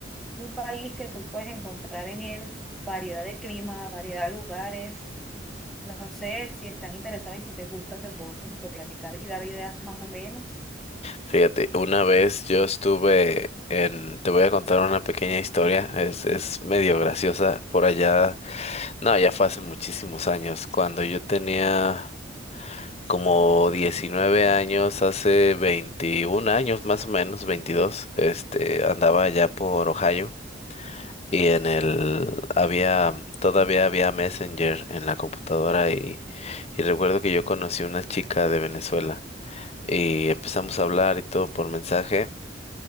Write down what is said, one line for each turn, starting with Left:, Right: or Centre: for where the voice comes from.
Centre: un país que tú puedes encontrar en él variedad de climas, variedad de lugares. No sé si están interesados y si te gusta, te puedo como que platicar y dar ideas más o menos.
Left: Fíjate, una vez yo estuve en, te voy a contar una pequeña historia, es, es medio graciosa, por allá, no, ya fue hace muchísimos años, cuando yo tenía... como 19 años, hace 21 años más o menos, 22, este, andaba allá por Ohio y en el había todavía había Messenger en la computadora y y recuerdo que yo conocí una chica de Venezuela y empezamos a hablar y todo por mensaje